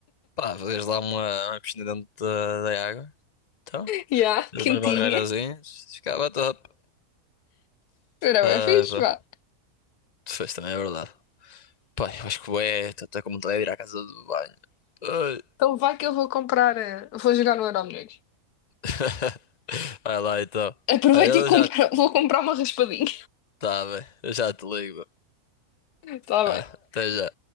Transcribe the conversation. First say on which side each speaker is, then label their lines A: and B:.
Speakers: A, on the left (about 30°); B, on the left (about 85°).
A: Pá, fazias lá uma, uma piscina dentro da, da água. Então,
B: <laughs> Já,
A: fez
B: quentinha.
A: umas barreirazinhas, ficava top.
B: Era
A: Ai,
B: bem fixe,
A: pá.
B: vá.
A: Tu fez também, é verdade. Pá, eu acho que é, estou até com vontade de ir à casa do banho. Ai.
B: Então vai que eu vou comprar, eh, vou jogar no Euromilhões.
A: <laughs> Vai lá então.
B: Aproveita
A: Olha, eu
B: e compra,
A: já.
B: <laughs> vou comprar uma raspadinha.
A: Tá bem, eu já te ligo.
B: <laughs> Está
A: Ah,
B: bem.
A: até já.